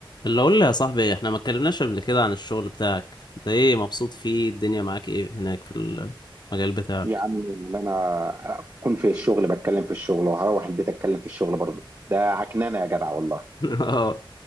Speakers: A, on the left (about 55°); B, on the right (about 35°).
A: اللي اقول لي يا صاحبي احنا ما اتكلمناش قبل كده عن الشغل بتاعك انت ايه مبسوط فيه الدنيا معاك ايه هناك في المجال بتاعك
B: يا عم اللي انا اكون في الشغل بتكلم في الشغل وهروح البيت اتكلم في الشغل برضه ده عكنانه يا جدع والله
A: <laughs> اه